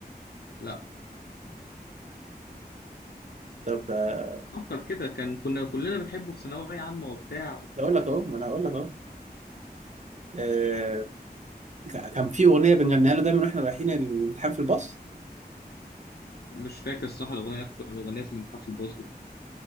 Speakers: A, on the left (about 75°); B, on the right (about 45°).
A: لا
B: طب آه،
A: فكر كده كان كنا كلنا بنحبه في ثانوية عامة وبتاع
B: اقول لك اهو ما انا اقول لك اهو آه، ك- كان في اغنيه بنغنيها له دايما واحنا رايحين الامتحان في الباص
A: مش فاكر الصراحة الأغنية اللي كنا بنغنيها في الامتحان في الباسكت